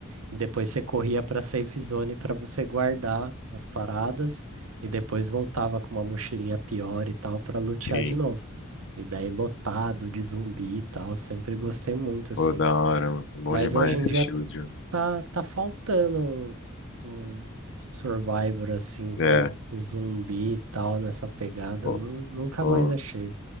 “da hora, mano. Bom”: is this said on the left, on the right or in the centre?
Left